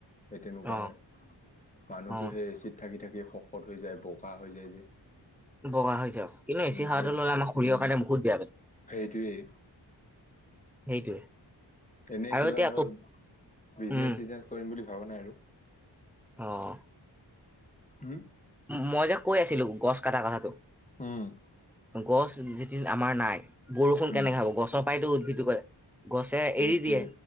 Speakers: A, on the left; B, in the centre.
A: সেই তেনেকুৱা
B: অ
A: হয়, মানুহতো
B: অ
A: সেই এচিড থাকি থাকি শকত হৈ যায় বগা হৈ যায় যে।
B: বগা হৈ যায়, কিন্তু
A: উম
B: এচি হোৱাটো
A: সেই
B: ললে আমাৰ শৰীৰৰ
A: উম
B: কাৰণে বহুত বেয়া।
A: সেইটোৱেই
B: সেইটোৱে।
A: এনেই
B: আৰু
A: কিবা
B: এতিয়া
A: ধৰ,
B: আকৌ
A: বিজনেচ
B: উম
A: চিজনেচ কৰিম বুলি ভাবা নাই আৰু।
B: অঁ'।
A: উম
B: মই যে কৈ আছিলো গছ কটা কথাটো
A: উম
B: গছ যেতি আমাৰ নাই বৰষুণ
A: উম
B: কেনেকে হাব গছৰ পায়তো উদ্ভিদ কৰে গছে এৰি
A: সেইটোৱে
B: দিয়ে